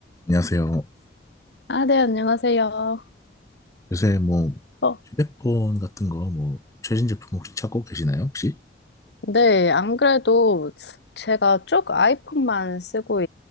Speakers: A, on the left; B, on the left.
A: 안녕하세요.
B: 아, 네, 안녕하세요.
A: 요새 뭐
B: 어,
A: 휴대폰 같은 거 뭐 최신 제품 혹시 찾고 계시나요, 혹시?
B: 네, 안 그래도 제가 쭉 아이폰만 쓰고